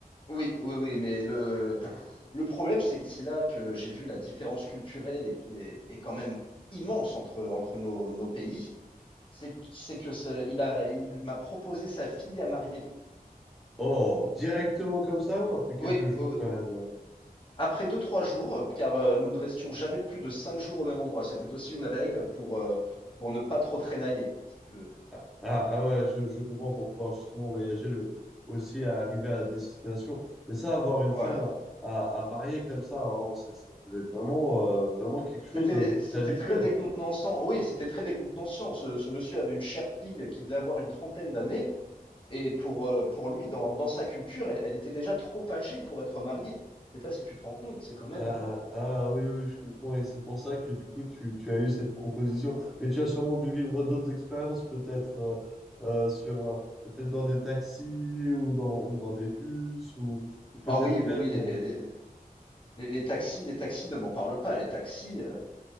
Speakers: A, on the left; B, in the centre.
A: Oui, oui, oui, mais le, le problème, c'est que c'est là que j'ai vu la différence culturelle et qui est, est quand même immense entre, entre nos, nos pays. C'est, c'est que ce- il a, il m'a proposé sa fille à marier.
B: Oh, directement comme ça ou après quelques
A: Oui,
B: jours
A: oui, oui.
B: quand même?
A: Après deux, trois jours, euh, car euh, nous ne restions jamais plus de cinq jours au même endroit. C'était aussi une règle pour, euh, pour ne pas trop traînailler, si tu veux.
B: Ah, ah ah ouais, je, je comprends pour pouvoir justement voyager le, aussi à arriver à destination. Mais ça, avoir
A: Voilà.
B: une femme à, à, à marier comme ça, oh, c'est- ça devait être vraiment, euh, vraiment quelque chose
A: C'était,
B: de-
A: c'était
B: d'inhabituel.
A: très décontenançant. Oui, c'était très décontenançant. Ce, ce monsieur avait une chère fille qui devait avoir une trentaine d'années. Et pour, euh, pour lui, dans, dans sa culture, elle, elle était déjà trop âgée pour être mariée. Je sais pas si tu te rends compte, c'est quand même.
B: Ah,
A: euh,
B: ah, oui, oui, oui, je comprends. Et c'est pour ça que du coup, tu, tu as eu cette proposition. Mais tu as sûrement dû vivre d'autres expériences, peut-être euh, euh, sur, euh, peut-être dans des taxis ou dans, ou dans des bus ou, ou peut-être
A: Ah oui, oui,
B: même.
A: oui,
B: euh,
A: les, les, les- les taxis, les taxis ne m'en parlent pas. Les taxis, euh,